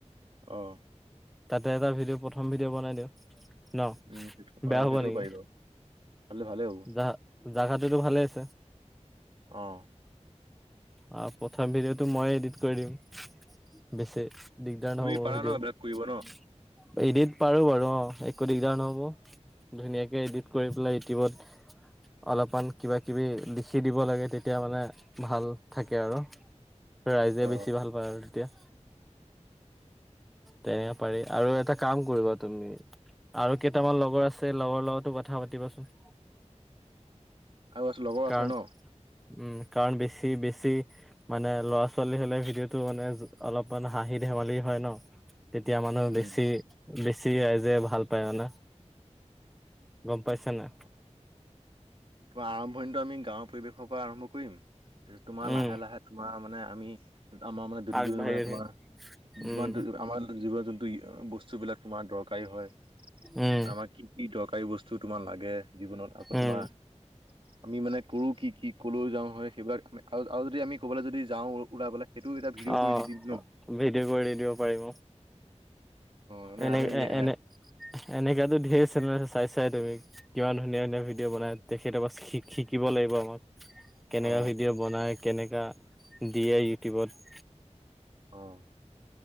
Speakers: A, on the right (about 50°); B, in the centre.
A: অ'।
B: তাতে এটা ভিডিঅ' প্ৰথম ভিডিঅ' বনাই দিওঁ। ন
A: উম সেইটো
B: বেয়া
A: অ',
B: হ'ব
A: সেইটোও
B: নেকি
A: পাৰিব ভালে ভালে হ'ব।
B: জা জাগাটোতো ভালে আছে?
A: অ'।
B: অ' প্ৰথম ভিডিঅ'টো মই এডিট কৰি দিম বেছি। দিগদাৰ নহব
A: তুমি পাৰা
B: সেইটোও
A: ন এইবিলাক কৰিব ন
B: এদিত পাৰো বাৰু অ' একো দিগদাৰ নহব। ধুনীয়াকে এডিট কৰি পেলাই ইউটিউবত। অলপমান কিবা কিবি লিখি দিব লাগে তেতিয়া মানে। ভাল থাকে আৰু, ৰাইজে
A: অ
B: বেছি ভাল পায় আৰু তেতিয়া। তেনেকে পাৰি আৰু এটা কাম কৰিবা তুমি। আৰু কেইটামান লগৰ আছে লগৰ লগতো কথা পাতিবাচোন।
A: আৰু আছে লগৰ
B: কাৰণ
A: আছে ন।
B: উম কাৰণ বেছি বেছি মানে ল'ৰা-ছোৱালী হলে ভিডিঅ'টো মানে অলপমান হাঁহি দ ধেমালি হয় ন'। তেতিয়া মানুহে
A: উম
B: বেছি বেছি ৰাইজে ভাল পায় মানে। গম পাইছ না।
A: অ। তোমাৰ আৰম্ভণিটো আমি গাঁৱৰ পৰিৱেশৰ পৰা আৰম্ভ কৰিম, তোমাৰ
B: উম
A: লাহে লাহে তোমাৰ মানে আমি। আমাৰ মানে <unintelligible> তোমাৰ
B: আগবাঢ়ি
A: তোমাৰ <unintelligible>
B: উম
A: আমাৰ জীৱ-জন্তু। দুই বস্তুবিলাক তোমাৰ দৰকাৰী হয়,
B: উম
A: আমাৰ কি কি দৰকাৰী বস্তু তোমাৰ লাগে। জীৱনত আকৌ তোমাৰ
B: উম
A: আমি মানে কৰো কি কি কলৈ যাওঁ হয় সেইবিলাক আমি। আৰু আৰু যদি আমি। ক'ৰবালে যদি যাওঁ ওলাই পেলাই সেইটো এটা ভিডিঅ'
B: অ
A: কৰি দি দিম ন'? <inaudible>
B: ভিডিঅ' কৰি দিব পাৰিম
A: মানে
B: এনে
A: আমি এ
B: এনে এনেকা ত' ধেৰ চেনেল। চাইচায় তুমি, কিমান ধুনীয়া ধুনীয়া ভিডিঅ' বনাই তেখেতৰ পৰা শি শিকিব লাগিব আমাক। কেনেকা
A: অ
B: ভিডিঅ' বনাই কেনেকা দিয়ে ইউটিউবত।
A: অ'।